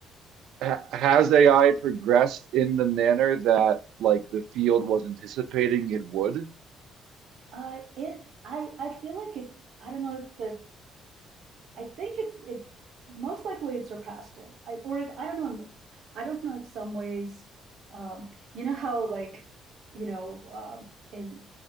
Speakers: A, on the right; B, on the right.
A: ha has AI progressed in the manner that like the field was anticipating it would?
B: it. I. I feel like it. I don't know if the I think it it most likely it surpassed it. I or it, I don't know. I don't know if some ways, um, you know how like you know um in